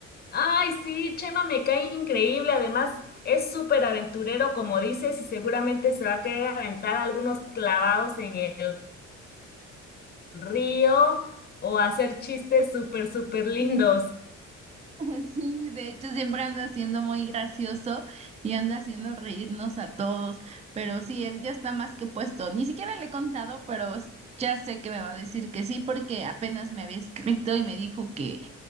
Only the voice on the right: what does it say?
<laughs> Sí, de hecho siempre anda siendo muy gracioso y anda haciendo reírnos a todos, pero sí, él ya está más que puesto. Ni siquiera le he contado, pero s- ya sé que me va a decir que sí, porque apenas me había escrito y me dijo que,